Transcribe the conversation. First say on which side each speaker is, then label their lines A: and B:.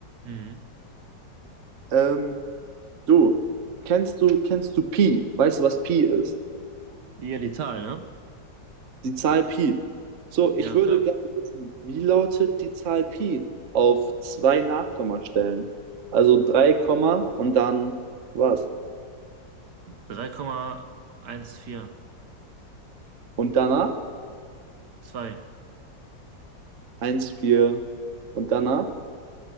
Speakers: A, on the right; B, on the right.
A: Mhm.
B: Ähm, du, kennst du, kennst du Pi? Weißt du, was Pi ist?
A: Ja, die Zahl, ne?
B: Die Zahl Pi. So,
A: Ja,
B: ich würde
A: klar.
B: gerne wissen, wie lautet die Zahl Pi auf zwei Nachkommastellen? Also 3 Komma und dann was?
A: drei Komma eins vier
B: Und danach?
A: Zwei.
B: Eins 4. und danach?